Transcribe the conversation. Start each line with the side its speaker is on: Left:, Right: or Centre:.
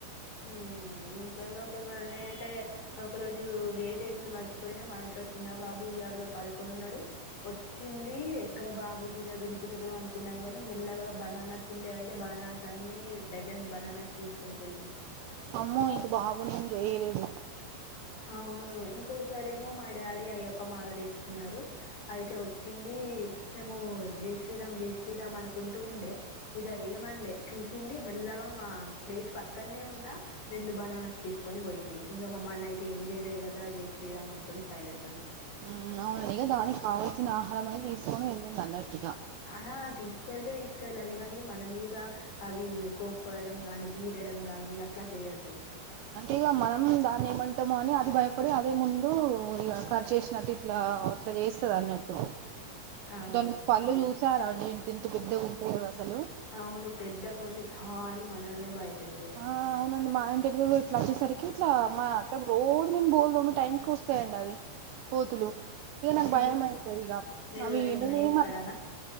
Left: ఉమ్ ఇంట్లలోకి నేనైతే ఒక రోజు గేటేసుడు మర్చిపోయినా మా ఇంట్లో వచ్చి. చిన్నబాబు ఉయ్యాలో పడుకొనున్నాడు. వచ్చింది ఎక్కడ బాబు మీద దునుకుతదో అనుకున్నాం కాని మెల్లగా బనానా. ఉండే అయితే బనానాస్ అన్ని డజన్ బనానాస్ తీసుకొని పోయింది.
Right: అమ్మో ఇంక బాబునెమ్ ఏం చేయలేదు.
Left: అవును ఇంకోసారేమో మా డాడీ అయ్యప్ప మాల వేసుకున్నారు. అయితే వచ్చింది మేము జై శ్రీరామ్ జై శ్రీరామ్ అనుకుంటూ ఉండే. ఇగ ఏమనలే చూసింది మెల్లగా మా ప్లేట్ పక్కన్నె ఉన్నా. రెండు బనానాస్ తీసుకొని పోయింది ఇంగా మమ్మల్ని అయితే. తే ఏం చేయలేదు కదా జై శ్రీరామ్ అనుకోని సైలెంట్గా ఉన్నాం.
Right: ఉ అవునండి దానికి కావల్సిన ఆహారం అని తీసుకొని వెళ్ళింది అన్నట్టుగా.
Left: ఆ తీసుకేళ్తే తీసుకెళ్లనీయ్ కాని మన మీద అవి కోప్పడడం గాని. గీరడం గాని అట్లా చేయ్యొద్దు.
Right: అంటే ఇగ మనం దాన్ని ఏమంటామో అని అది భయపడి అదే ముందు ఇగా కార్చేశినట్టు ఇట్ల. అట్లా చేస్తది అన్నట్టు.
Left: అవును.
Right: దాని పళ్ళు
Left: అదే.
Right: చూసార అండి ఇంత ఇంత పెద్దగా ఉంటాయో అసలు.
Left: అవును పెద్దగొండి హా అని మనల్నే భయపేడ.
Right: ఆ అవునండి మా ఇంటి గుడ్. ఇట్లా వచ్చేసరికి ఇట్లా మా అక్కకు రోజు నేను బోల్దోమే టైమ్కి వస్తాయండి అవి. కోతులు ఇగా నాకు
Left: ఎందుకు?
Right: భయం అయితది ఇగ
Left: మీరు
Right: అవి
Left: ఏమైనా
Right: నేనేమ.
Left: చేస్తారనా